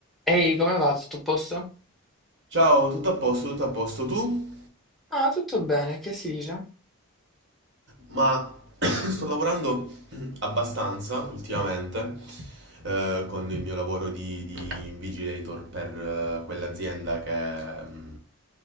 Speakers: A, in the centre; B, on the right (about 50°).
A: Ehi, come va? Tutto a posto?
B: Ciao, tutto a posto, tutto a posto. Tu?
A: Ah, tutto bene, che si dice?
B: ma <coughs> sto lavorando abbastanza ultimamente eh, con il mio lavoro di, di invigilator per eh, quell'azienda che mm,